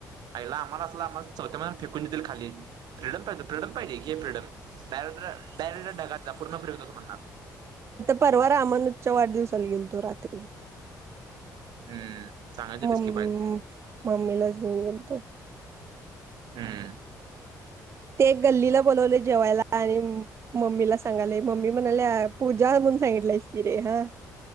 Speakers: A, on the right; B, on the right.
A: आईला आम्हाला असल आम्हासणी चौथ्या मजल्यावरून फेकून देतील खाली. फ्रीडम पाहिजे, फ्रीडम पाहिजे घे फ्रीडम डायरेट डायरेट ढगात जा पूर्ण फ्रीडम देतो म्हणणार.
B: परवा रामोनोच्या वाढदिवसाला गेलतो रात्री,
A: हम्म. सांगायची डिस्की
B: मम्मी,
A: पाहिजे
B: मम्मीला च घेऊन गेलतो.
A: हम.
B: ते गल्लीला बोलवलय जेवायला आणि मम्मीला सांगाले, मम्मी म्हणाल्या पूजा म्हणून सांगितलायसं की रे हा,